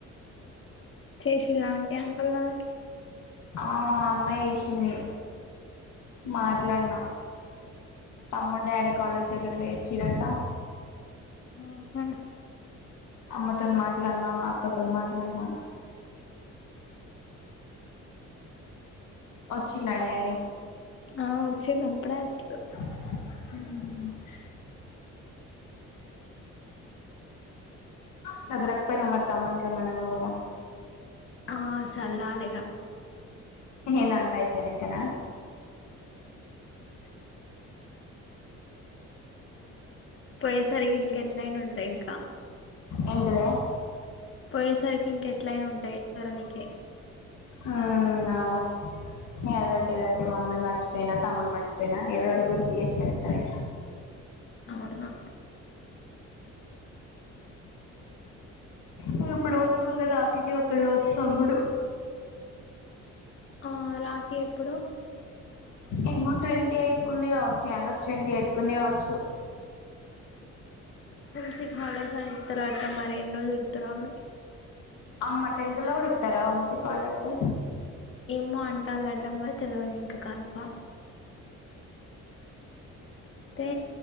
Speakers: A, on the left; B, on the left.
A: చేసిల్లా అంటి అంకుల్ వాళ్ళకి
B: ఆ అమ్మాయి వేసింది మాట్లాడిన తమ్మ డాడి కాలేజ్ దగ్గరికి పోయి వచ్చిరట
A: ఆహా
B: అమ్మతోన్ మాట్లాడన అక్కతోం మాట్లాడనా వచ్చిండా డాడీ
A: ఆ వచ్చింది అప్పుడే తుడు
B: ఉ చదరకపోయినా మరి తమ్మున్కేమైన నువ్వు కూడా
A: ఆ సదరాలీ ఇగ
B: ఆ ఏంది అంతా అయిపోయినంకనా
A: పోయేసరికి ఇంకా ఎట్లయినా ఉంటాయి ఇంకా
B: ఏంటి వే
A: పోయేసరికి ఇంక ఎట్లయినా ఉంటాయి సరైనది
B: ఆ అవును ఏదోటి పెట్టి మమ్మీ మర్చిపోయినా తమ్ముడు మర్చిపోయినా ఏదో ఒకటి గుర్తు చేసే ఉంటది
A: అవున
B: వాడు ఇప్పుడు పోతే మళ్ళీ రాఖీకే ఒత్తడు కావచ్చు తమ్ముడు
A: ఆ రాఖీ ఎప్పుడు ఆగస్టా
B: ఏమో ట్వంటీఎయిట్ ఎ కుంది కావచ్చు ఆగస్ట్ ట్వంటీ ఎత్కుంది కావచ్చు
A: హోమ్ సిక్ హాలిడేసాయితరువాత మరి ఎన్నోరోజుల్ ఇత్తా ఆగురి
B: అమ్మ టెన్త్లో కూడా ఇత్తారా హోమ్ సిక్ హాలిడేస్సు
A: ఏమో అంటాలంట మారి తెలవదు ఇంక కన్ఫామ్ అయితే